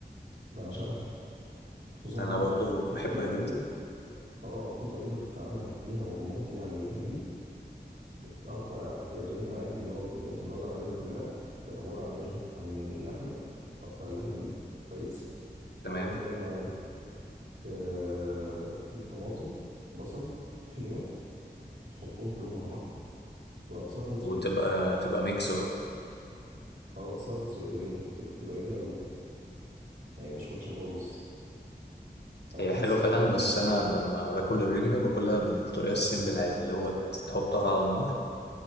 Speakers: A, on the right; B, on the left.
A: بعشقها خصوصا
B: أنا
A: بقى
B: برضو
A: في
B: بحبها
A: طريقة
B: جدا
A: كده اه في طريقة بتتعمل فيها مامتي علمتها لي تقطع الرنجة عادي اللي هو يعني تطلع الرنجة كلها يبقى عبارة عن ايه عن اللحمة تقطع اللحمة دي كويس وبعدين
B: تمام
A: تعمل ايه يا معلم ت- تجيب طماطم بصل طحينة وتحطهم كلهم مع بعض تبقى سلطة
B: وتبقى
A: رنجة
B: تبقى ميكس بقى
A: اه سلطة رنجة بتبقى بتبقى جميلة قوي يعني مش وحشة خالص انا
B: هي
A: بحس
B: حلوة فعلا
A: كده
B: بس
A: سن.
B: أنا لما باكل الرنجة باكلها بالطريقة السيمبل عادي اللي هو تحطها على النار